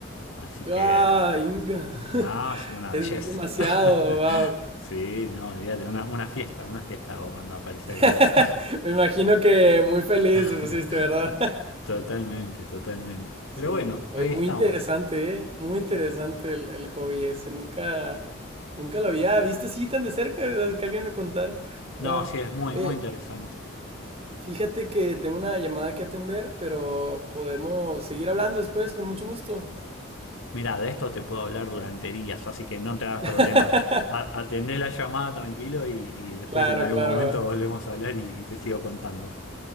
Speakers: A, on the left; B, on the right.
A: Así que,
B: ¡Ah, Inga!
A: nada,
B: <laughs>
A: es una belleza.
B: Es demasiado,
A: <laughs>
B: wow.
A: Sí, no, olvídate, una, una fiesta, una fiesta hago cuando aparece
B: <laughs>
A: algo de eso.
B: Me imagino que muy feliz
A: <laughs>
B: te pusiste, ¿verdad?
A: Totalmente, totalmente.
B: Sí,
A: Pero bueno,
B: oye,
A: ahí
B: muy
A: estamos.
B: interesante, ¿eh? Muy interesante el, el hobby ese. Nunca, nunca lo había visto así tan de cerca, o sea, que alguien me contara. Wow.
A: No, sí, es muy,
B: Oye,
A: muy interesante.
B: fíjate que tengo una llamada que atender, pero podemos seguir hablando después, con mucho gusto.
A: Mirá, de esto te puedo hablar durante días, así que no te hagas
B: <laughs>
A: problema. A- Atendé la llamada tranquilo y, y después
B: Claro,
A: en algún
B: claro.
A: momento volvemos a hablar y, y te sigo contando.